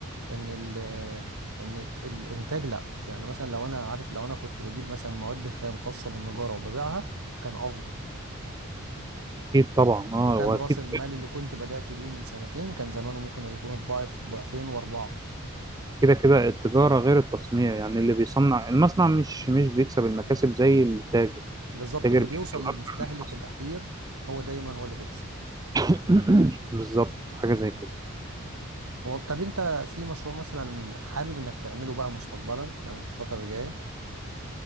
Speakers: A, on the right; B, on the right.
A: ان ال ان الت- الانتاج لا يعني مثلا لو انا عارف لو انا كنت بجيب مثلا مواد خام خاصه بالنجاره وببيعها كان افضل
B: طبعا أه
A: وكان
B: وأكيد
A: راس المال اللي كنت بدات بيه من سنتين كان زمانه ممكن يكون الضعف ضعفين واربعه
B: كده كده التجارة غير التصنيع يعني اللي بيصنع المصنع مش مش بيكسب المكاسب زي التاجر
A: بالظبط
B: التاجر
A: اللي
B: بيكسب
A: بيوصل للمستهلك
B: أكتر من المصنع
A: الاخير هو دايما هو اللي بيكسب
B: <coughs> <clears throat> بالظبط حاجة زي كده
A: هو- طب انت في مشروع مثلا حابب انك تعمله بقى مستقبلا يعني في الفتره الجايه